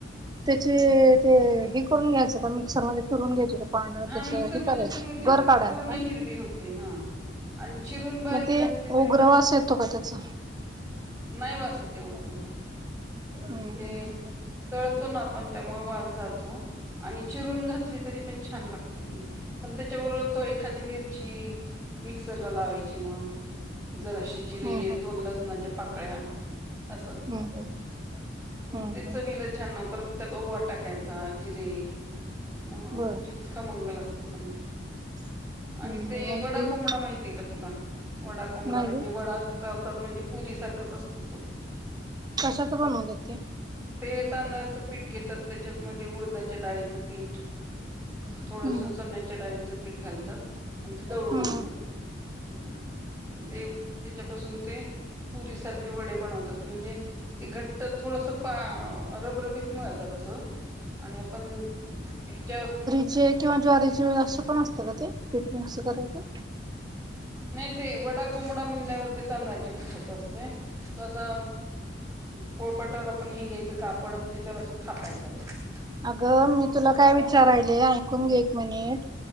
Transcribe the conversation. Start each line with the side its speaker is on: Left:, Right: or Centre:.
Right: त्याचे ते हे करून घ्यायचं का मिक्सरमध्ये फिरून घ्यायच का? पानं
Centre: हा
Right: त्याचं
Centre: मिक्सरमध्ये
Right: हे करायचं
Centre: फिरून घेतलं
Right: गर
Centre: की
Right: काढायचं
Centre: पूर्ण
Right: का
Centre: हिरवी होते हा आणि चिरून बारीक
Right: मग ते
Centre: घातली तरी
Right: उग्रवास
Centre: पण,
Right: येतो का त्याचा
Centre: नाही वास येत. तेवढा उग्र. म्हणजे
Right: हम्म हम्म.
Centre: तळतो ना आपण त्यामुळे वास जातो, आणि चिरून घातली तरी पण छान लागते की पण त्याच्याबरोबर तो एखादी मिरची मिक्सरला लावायची मग जराशे
Right: हम्म
Centre: जिरे
Right: हम्म हम्म
Centre: दोन लसणाच्या पाकळ्या असं
Right: हम्म हम्म
Centre: मग ते
Right: हम्म
Centre: चवीला
Right: हम्म
Centre: छान ना परत त्यात ओवा टाकाय चा जिरे मग
Right: बरं
Centre: पुरीच खमंग लागते चांगली. आणि
Right: हम्म हम्म
Centre: ते
Right: म्हणजे
Centre: वडा कोंबडा माहितीय का तुला? वडा कोंबडा
Right: नाही
Centre: म्हणजे
Right: ग
Centre: वडा म्हणजे पुरी सारखाच असतो तो.
Right: कशाचं बनवतात ते?
Centre: ते तांदळाचं पीठ घेतात त्याच्यामध्ये उडदाच्या डाळीचं पीठ.
Right: हम्म
Centre: थोडसं
Right: हम्म
Centre: चण्याच्या डाळीचं पीठ घालतात आणि ते दळून
Right: हम्म
Centre: आणतात. हम्म ते त्याच्यापासून ते पुरीसारखे वडे बनवतात म्हणजे ते घट्ट थोडंसं पा रबरबीत मिळतात असं. आणि आपण ह्याच्यावर
Right: जे किंवा ज्वारी चे असे पण असतं का ते पीठ मिकस करायचं?
Centre: नाही ते वडा कोंबडा म्हणल्यावर ते तांदळाच्या पिठाचा असतोय, तो असा पोळपाटावर आपण हे घ्यायचं कापड आणि त्याच्यावर असं थापायचा तो.
Right: अगं मी तुला काय विचारायले ऐकून घे एक मिनिट.